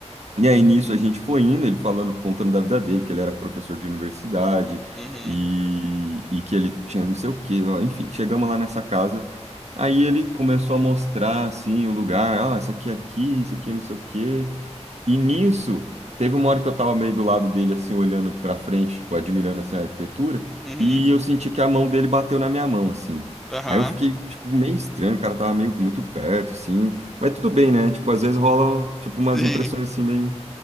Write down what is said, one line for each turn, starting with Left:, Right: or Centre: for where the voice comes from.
Right: E aí nisso a gente foi indo, ele falando, contando da vida dele, que ele era professor de universidade
Centre: Uhum.
Right: e, e que ele tinha não sei o quê, ó, enfim, chegamos lá nessa casa. Aí ele começou a mostrar assim o lugar, ó isso aqui é aqui, isso aqui é não sei o quê. E nisso, teve uma hora que eu tava meio do lado dele, assim, olhando pra frente, tipo, admirando, assim, a arquitetura,
Centre: Uhum.
Right: e eu senti que a mão dele bateu na minha mão, assim.
Centre: Aham.
Right: Aí eu fiquei, tipo, meio estranho, o cara tava meio muito perto, assim. Mas tudo bem, né? Tipo, às vezes rolam, tipo, umas
Centre: Sim.
Right: impressões, assim, meio...